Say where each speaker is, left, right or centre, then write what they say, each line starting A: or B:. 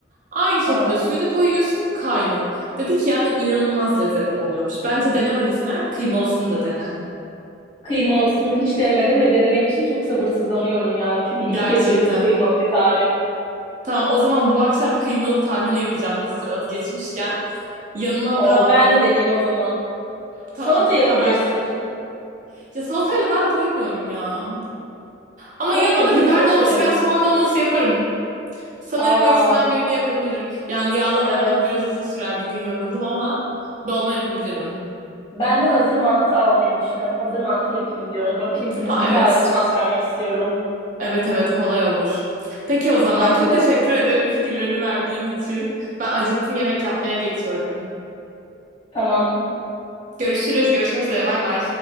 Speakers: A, on the right; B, on the left.
A: Aynı şekilde
B: Aa.
A: suyunu koyuyorsun, kaynıyor. Dedi ki yani inanılmaz lezzetli oluyormuş. Bence denemediysen eğer kıymalısını da dene.
B: Kıymalısını hiç denemedim ve deneme için çok sabırsızlanıyorum yani. Çünkü ilk
A: Gerçekten.
B: kez duydum kıymalı bir tarif.
A: Tamam o zaman bu akşam kıymalı tarhana yapacağım. Hazır adı geçmişken. Yanına
B: Oo,
A: da
B: ben de deneyeyim o zaman. Salata
A: tamam
B: yapabilirsin.
A: haber ver. Ya salatayla ben doymuyorum ya. Ama
B: Koymuyor
A: yanına
B: musun?
A: da biber
B: Çok
A: dolması
B: severim.
A: veya soğan dolması yaparım. Sanırım
B: Aa,
A: o ikisinden birini yapabilirim. Yani yağlama
B: evet.
A: yapmak biraz uzun sürer. Bugün yoruldum ama dolma yapabilirim.
B: Ben de hazır mantı almayı düşünüyorum. Hazır mantı yapayım diyorum. Bakayım bir,
A: Aa,
B: bir
A: evet.
B: tane şans vermek istiyorum.
A: Evet evet kolay olur. Peki o zaman
B: Bence
A: çok
B: de.
A: teşekkür ederim fikirlerini verdiğin için. Ben acıktım yemek yapmaya geçiyorum.
B: Tamam.
A: Görüşürüz. Görüşmek üzere. Bay bay.